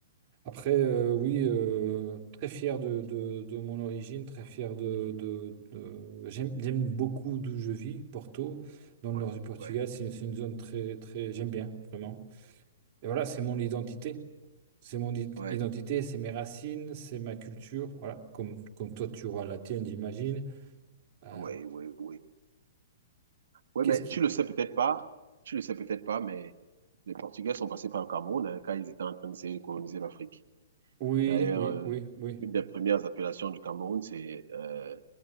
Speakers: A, on the right; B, on the right.
A: Après, euh, oui, euh, très fier de, de- de mon origine, très fier de... de- de- J'aime, j'aime beaucoup d'où je vis, Porto, dans
B: oui
A: le nord du Portugal.
B: oui oui
A: C'est c'est une zone très, très... J'aime bien, vraiment. Et voilà, c'est mon identité. C'est mon i-
B: ouais,
A: identité, c'est mes racines, c'est ma culture. Voilà, comme, comme toi, tu auras la tienne, j'imagine. Euh,
B: ouais, ouais. Oui, oui, oui. Oui,
A: qu'est-ce
B: mais
A: qui...
B: tu le sais peut-être pas, tu le sais peut-être pas, mais les Portugais sont passés par le Cameroun hein, quand ils étaient en train d'essayer de coloniser l'Afrique.
A: Oui,
B: D'ailleurs,
A: oui,
B: euh,
A: oui, oui.
B: une des premières appellations du Cameroun, c'est euh,